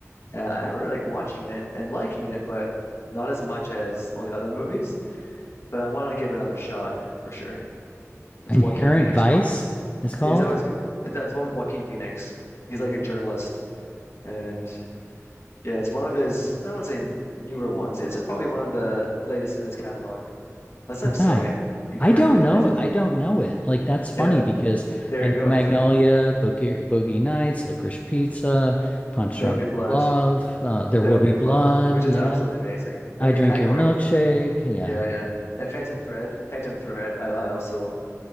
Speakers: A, on the left (about 55°); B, on the left (about 25°).
A: Uh, I remember like watching it and, and liking it, but not as much as all the other movies. But I want to give it another shot for sure. It's
B: Inherent
A: a Joaquin Phoenix
B: Vice
A: one.
B: is called.
A: Yeah, is that what it's ca- is that it's one with Joaquin Phoenix? He's like a journalist, and yeah, it's one of his. I wouldn't say newer ones. It's probably one of the latest in his catalog, unless
B: Wow.
A: I'm saying it incorrectly.
B: I don't know
A: But
B: it. I don't know it. Like that's funny
A: yeah,
B: because
A: there
B: I
A: you
B: know
A: go.
B: Magnolia, Boogie, Boogie Nights, Licorice Pizza,
A: <laughs>
B: Punch
A: There'll
B: Drunk
A: be blood.
B: Love, uh, There
A: There'll
B: Will Be
A: be
B: Blood.
A: blood, which
B: Yeah.
A: is absolutely amazing.
B: I
A: I mean,
B: Drink
A: I
B: Your
A: Corey,
B: Milkshake. Yeah.
A: yeah, yeah. And Phantom Thread, Phantom Thread, I, I also